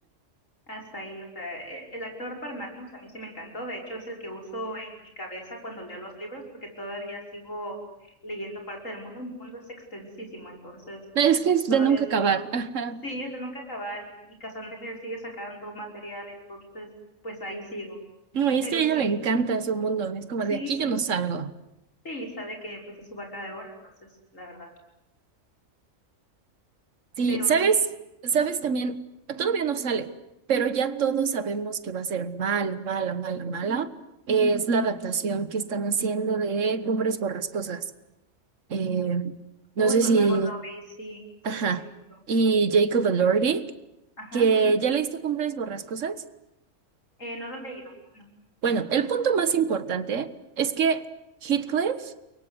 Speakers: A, on the left; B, on the right.
A: Hasta ahí, o sea, e- el actor para Magnus a mí sí me encantó, de hecho es el que uso en mi cabeza cuando leo los libros porque todavía sigo leyendo parte del mundo, el mundo es extensísimo, entonces
B: No, es que es
A: todavía
B: de nunca
A: sigo.
B: acabar. Ajá.
A: Sí, es de nunca acabar y, y Cassandra Clare sigue sacando material, entonces pues ahí sigo.
B: No, y es
A: Pero
B: que a ella
A: sí,
B: le encanta su mundo. Es como
A: sí,
B: de aquí yo no salgo.
A: sí, sabe que pues es su vaca de oro, entonces la verdad,
B: Sí,
A: pero
B: ¿sabes?
A: sí.
B: ¿Sabes
A: ujú.
B: también? Todavía no sale, pero ya todos sabemos que va a ser mala, mala, mala, mala. Es la adaptación que están haciendo de Cumbres Borrascosas. Eh, no
A: Uy,
B: sé
A: con
B: si...
A: Margot Robbie, sí, sí,
B: Ajá.
A: sí he visto.
B: Y Jacob Elordi,
A: Ajá,
B: que ya leíste Cumbres Borrascosas.
A: eh, no lo he leído, no.
B: Bueno, el punto más importante es que Heathcliff